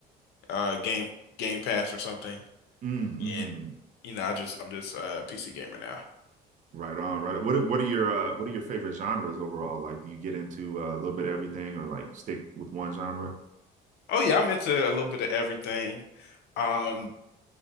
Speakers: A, on the left (about 80°); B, on the right (about 50°).
A: uh game Game Pass or something.
B: Mm, Mm-hmm.
A: And you know, I just I'm just a PC gamer now.
B: Right on. Right. On. What are, What are your uh, What are your favorite genres overall? Like, do you get into uh, a little bit of everything, or like stick with one genre?
A: Oh yeah, I'm into a little bit of everything. Um,